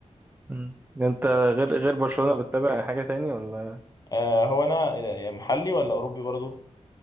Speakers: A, on the right (about 15°); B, on the left (about 30°).
A: مم. انت غير غير برشلونه بتتابع حاجه تاني ولا
B: آه هو انا يعني محلي ولا اوروبي برضو